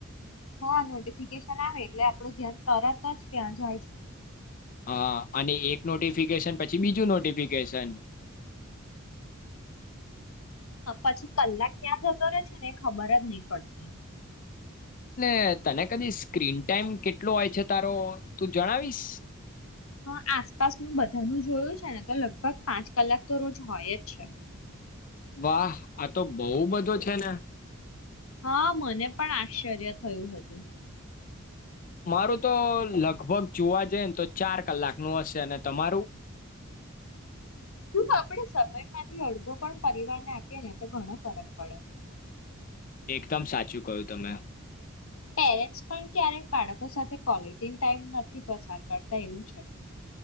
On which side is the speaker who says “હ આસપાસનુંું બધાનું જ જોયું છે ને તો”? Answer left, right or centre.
Left